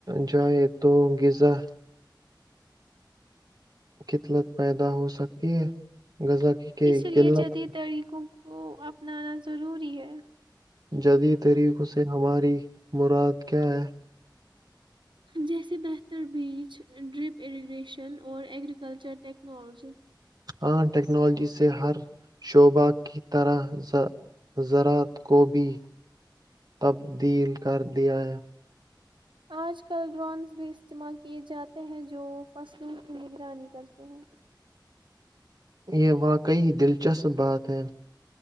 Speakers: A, on the right; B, on the right.
A: جائے تو غذا قتلت پیدا ہو سکتی ہے غذا کی کہ
B: اس
A: قلت
B: لیے جدید طریقوں وہ اپنانا ضروری ہے
A: جدید طریقوں سے ہماری مراد کیا ہے
B: جیسے بہتر بیچ ڈرپ اریگریشن اور ایگریکلچر ٹیکنالوجی
A: ہاں ٹیکنالوجی سے ہر شعبہ کی طرح زذراعت کو بھی تبدیل کر دیا ہے
B: آج کل ڈرونز بھی استعمال کیے جاتے ہیں جو فصلوں کی نگرانی کرتے ہیں
A: یہ واقعی دلچسپ بات ہے